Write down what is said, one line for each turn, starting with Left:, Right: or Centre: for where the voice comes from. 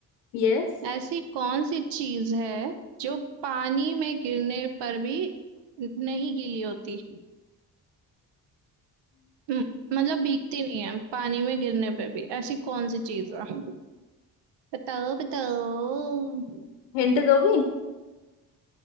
Left: Yes
Right: ऐसी कौन सी चीज है जो पानी में गिरने पर भी नहीं गीली होती म- मतलब भीगती नहीं है पानी में गिरने पर भी ऐसी कौन सी चीज है बताओ बताओ
Left: Hint दोगी